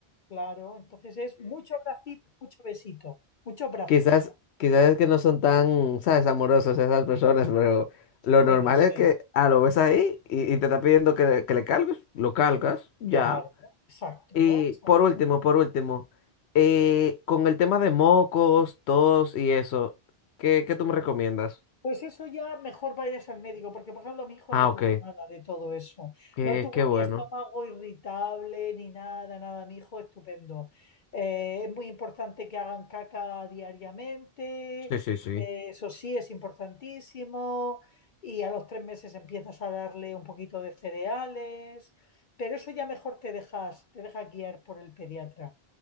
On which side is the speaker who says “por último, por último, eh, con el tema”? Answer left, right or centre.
Left